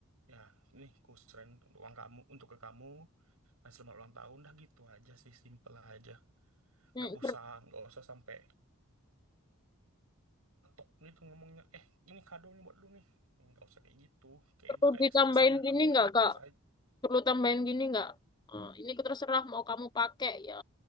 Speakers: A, on the right (about 80°); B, on the left (about 20°).
A: ya ini ku serahin uang kamu untuk ke kamu dan selamat ulang tahun dah gitu aja sih simple aja
B: Hmm,
A: Gak usah gak usah sampai nyeletuk gitu ngomongnya eh ini kadonya buat lu nih nggak usah kayak gitu kayak
B: Perlu
A: itu kayak
B: ditambahin
A: kesannya kamu
B: gini
A: tuh nggak
B: nggak,
A: ikhlas
B: Kak?
A: aja
B: Perlu tambahin gini nggak? Eh, ini terserah mau kamu pakai ya.